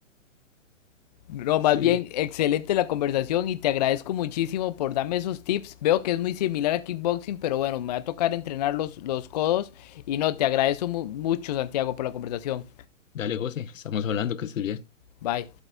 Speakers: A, on the left; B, on the left.
A: No,
B: sí.
A: más bien, excelente la conversación y te agradezco muchísimo por darme esos tips. Veo que es muy similar a kickboxing, pero bueno, me va a tocar entrenar los, los codos. Y no, te agradezco mu- mucho, Santiago, por la conversación.
B: Dale, José, estamos hablando, que estés bien.
A: Bye.